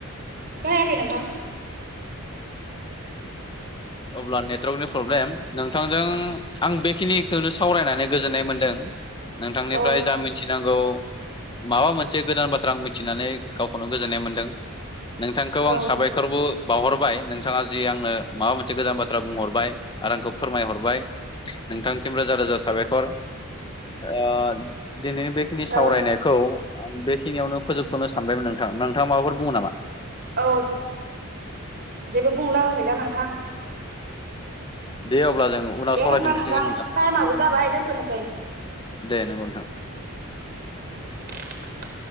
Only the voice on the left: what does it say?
अब्ला नेटवर्कनि प्रब्लेम नोंथांजों आं बेखिनिखौनो सावरायनानै गोजोननाय मोनदों नोंथांनिफ्राय
जा मिथिनांगौ माबा मोनसे गोदान बाथ्रा आं मि मिथिनानै गावखौनो गोजोननाय मोनदों नोंथांखौ आं
साबायखरबो बावहरबाय नों बिथाङा जि आंनो माबा मोनसे गोदान बाथ्रा बुंहर बाय आरो आंखौ फोरमायहरबाय नोंथांसिम रोजा रोजा साबायखर ओ दिनैनि बेखिनि सावरायनायखौ
आं बेखिनियावनो फोजोबथ'नो सानबायमोन नोंथां नोंथाङा माबाफोर बुङो नामा?
दे अब्ला जों उनाव
सावरायफिनसिगोन
दे नंगौ नोंथां।